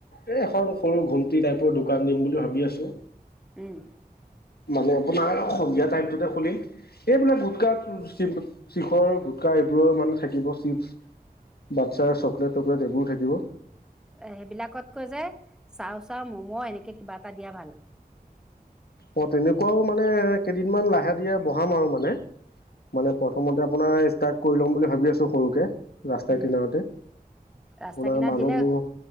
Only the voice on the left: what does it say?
এ এখন সৰু ঘুম্তি টাইপৰ দোকান দিম বুলি ভাবি আছো
মানে আপোনাৰ সন্ধিয়া টাইমটোতে খুলি এইবিলাক গোটকা শিখৰ গোটকা এইবোৰৰ মানে থাকিব চিপচ বাচ্ছাৰ চকলেট টকলেট এইবোৰ থাকিব
অ তেনেকোৱাও মানে কেইদিনমান লাহে ধীৰে বহাম আৰু মানে মানে প্ৰথমতে আপোনাৰ ষ্টাৰ্ট কৰি ল'ম বুলি ভাবি আছো সৰুকে ৰাস্তাৰ
কিনাৰতে
আপোনাৰ
মানুহবোৰ